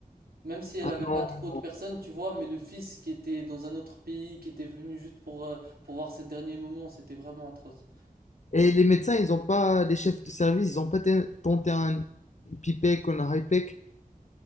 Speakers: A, on the right; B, on the left.
A: Même si elle
B: vraiment-
A: avait pas trop de personnes, tu vois, mais le fils qui était dans un autre pays, qui était venu juste pour, euh, pour voir ses derniers moments, c'était vraiment atroce.
B: Et les médecins, ils ont pas, les chefs de service, ils ont pas ten- tenté un pipec ou un hypec.